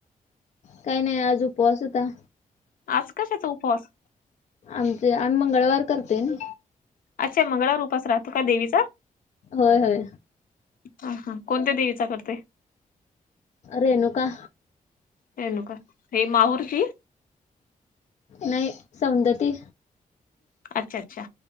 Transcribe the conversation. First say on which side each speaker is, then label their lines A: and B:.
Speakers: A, on the left; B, on the left.
A: काही नाही आज उपवास होता
B: आज कशाचा उपवास
A: आमचे आम्ही मंगळवार करते ना
B: अच्छा मंगळाारूपच राहतो का देवीचा
A: होय हय
B: ह हा कोणत्या देवीचा करते
A: रेणुका
B: रेणूका हे माहूरची
A: नाही सौंदती
B: अच्छा अच्छा